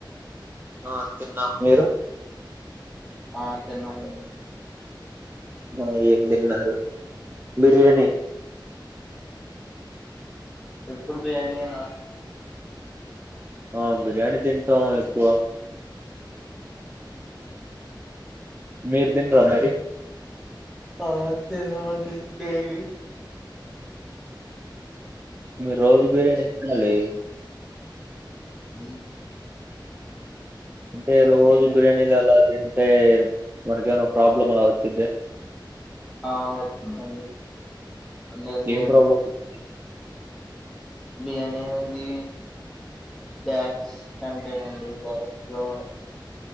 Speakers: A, on the right; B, in the centre.
A: ఆ తిన్నాం మీరు
B: ఆ తిన్నామండి
A: ఆ ఏం తిన్నారు బిర్యానీ
B: ఎప్పుడు బొయినా
A: ఆ బిర్యానీ తింటాం ఎక్కువ మీరు తినరా మరి
B: ఆ తిన్నామండి డైలీ
A: మీరు రోజు బిర్యానీ తినాలి
B: అ
A: అంటే రోజు
B: ఇంకేంటండి
A: బిర్యానీలు అలాదింటె అంటే మనకేమన్న ప్రాబ్లం అలా వచ్చిదా
B: ఆ వస్తుందండి అన్ని హెల్తీ
A: ఏం ప్రాబ్లమ్ వచ్చిది
B: బిర్యాని అది గ్యాస్ కంటేనండి గ్యాస్ లో